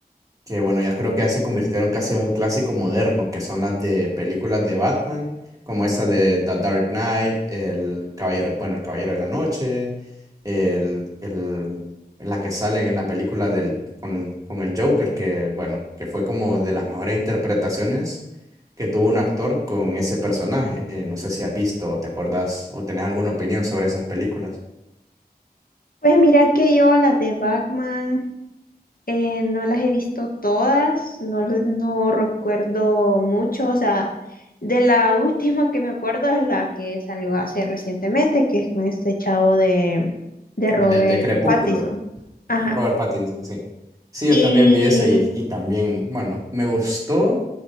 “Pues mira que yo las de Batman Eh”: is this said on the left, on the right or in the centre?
Left